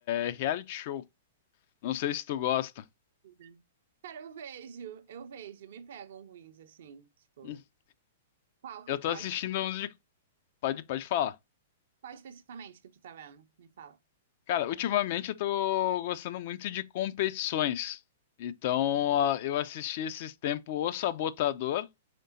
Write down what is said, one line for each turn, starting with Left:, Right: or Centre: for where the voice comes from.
Left: é, reality show. Não sei se tu gosta.
Right: Uhum. Cara, eu vejo, eu vejo, me pegam ruins, assim, tipo,
Left: Hum.
Right: qual, que-
Left: Eu tô
Right: quais
Left: assistindo uns de. Pode, pode falar.
Right: qual especificamente que tu tá vendo? Me fala.
Left: Cara, ultimamente eu tô gostando muito de competições. Então, ah, eu assisti esses tempos O Sabotador